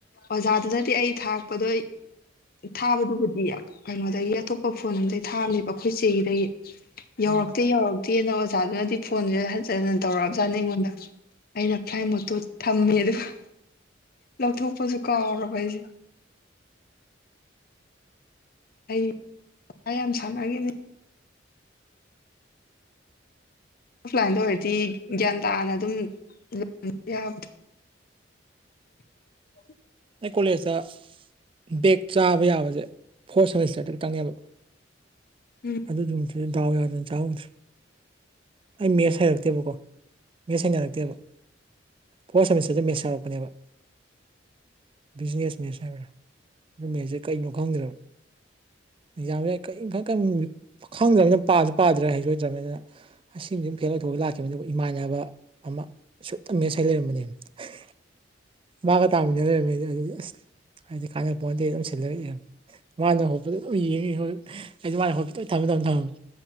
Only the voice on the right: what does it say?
ꯑꯥ
ꯑꯩ ꯀꯣꯂꯦꯖꯇ ꯕꯦꯛ ꯆꯥꯕ ꯌꯥꯕꯁꯦ ꯐꯣꯔꯠ ꯁꯦꯃꯤꯁꯇꯔꯗꯨꯗꯡꯅꯦꯕ
ꯑꯗꯨ ꯅꯨꯃꯤꯠꯇꯨꯅ ꯗꯥꯎ ꯌꯥꯗꯅ ꯆꯥꯍꯧꯗ꯭ꯔꯦ ꯑꯩ ꯃꯦꯠꯁ ꯍꯥꯏꯔꯛꯇꯦꯕꯀꯣ ꯃꯦꯠꯁ ꯍꯩꯅꯔꯛꯇꯦꯕ ꯐꯣꯔꯠ ꯁꯦꯃꯤꯁꯇꯔꯗ ꯃꯦꯠꯁ ꯍꯡꯉꯛꯄꯅꯦꯕ ꯕꯤꯖꯤꯅꯦꯁ ꯃꯦꯠꯁ ꯍꯥꯏꯕ꯭ꯔꯥ ꯑꯗꯨ ꯃꯦꯠꯁꯦ ꯀꯩꯅꯣ ꯈꯪꯗ꯭ꯔꯕ ꯑꯧꯛꯖꯥꯝꯅꯦꯅ ꯀꯔꯤꯝ ꯈꯪꯗ꯭ꯔꯕꯅꯤꯅ ꯄꯥꯁꯨ ꯄꯥꯗ꯭ꯔꯦ ꯍꯩꯁꯨ ꯍꯩꯇ꯭ꯔꯕꯅꯤꯅ ꯑꯁꯤꯃꯗꯤ ꯐꯦꯜ ꯑꯣꯏꯊꯣꯛꯑꯒ ꯂꯥꯛꯈꯤꯕꯅꯤ ꯑꯗꯨꯒ ꯏꯃꯥꯟꯅꯕ ꯑꯃ ꯁꯨꯠꯇ ꯃꯦꯠꯁ ꯍꯩ ꯂꯩꯔꯝꯕꯅꯦꯕ ꯃꯥꯒ ꯇꯥꯃꯤꯟꯅ ꯂꯩꯔꯝꯃꯦꯗꯤ ꯑꯗꯨꯗꯤ ꯑꯁ ꯍꯥꯏꯗꯤ ꯀꯥꯟꯅꯕ ꯄꯣꯠꯇꯦꯅ ꯑꯗꯨꯝ ꯁꯤꯜꯂ ꯏꯔꯝꯃꯦ ꯃꯥꯅ ꯍꯣꯠꯄꯗ ꯑꯗꯨꯝ ꯌꯦꯡꯉꯤ ꯑꯩ ꯑꯩꯁꯨ ꯃꯥꯅ ꯍꯣꯠꯄꯗ ꯑꯩ ꯊꯝꯕ ꯃꯇꯝꯝ ꯊꯝꯃ